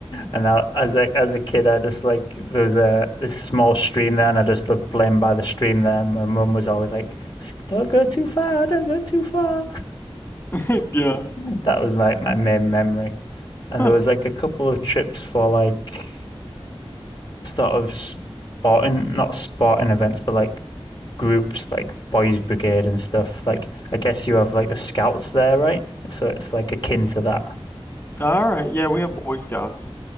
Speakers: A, on the left (about 50°); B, on the left (about 25°).
A: And I, as a as a kid, I just like there was a this small stream there, and I just loved playing by the stream there. My mum was always like, "S- "Don't go too far, don't go too far."
B: <laughs>
A: <laughs>
B: yeah.
A: That was like my main memory. And
B: Huh.
A: there was like a couple of trips for like sort of sporting, not sporting events, but like groups like Boys Brigade and stuff. Like I guess you have like the scouts there, right? So it's like akin to that.
B: All right. Yeah, we have Boy Scouts.